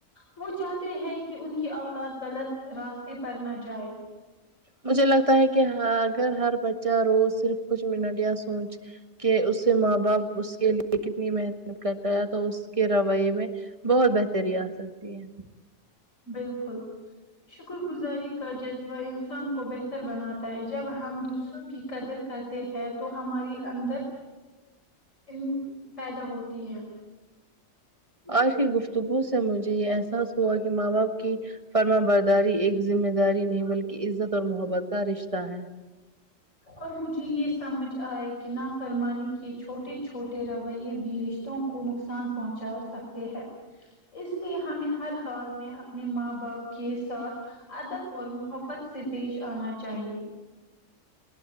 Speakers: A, on the left (about 70°); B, on the right (about 25°).
A: وہ چاہتے ہیں کہ ان کی اولاد غلط راستے پر نہ جائے
B: مجھے لگتا ہے کہ اگر ہر بچہ روز صرف کچھ منٹ یا سوچ کہ اس سے ماں باپ اس کے لیے کتنی محنت کرتا ہے تو اس کے رویے میں بہت بہتری آ سکتی ہے
A: بالکل شکر گزاری کا جذبہ انسان کو بہتر بناتا ہے جب ہم دوسروں کی قدر کرتے ہیں تو ہماری اندر ان پیدا ہوتی ہے
B: آج کی گفتگو سے مجھے یہ احساس ہوا کہ ماں باپ کی فرما برداری ایک ذمہ داری نہیں بلکہ عزت اور محبت کا رشتہ ہے
A: اور مجھے یہ سمجھ آیا کہ نا فرمانی کی چھوٹے چھوٹے رویے بھی رشتوں کو نقصان پہنچا سکتے ہیں جی اس لیے ہمیں ہر ہال میں اپنے ماں باپ کے ساتھ ادب اور محبت سے پیش آنا چاہیے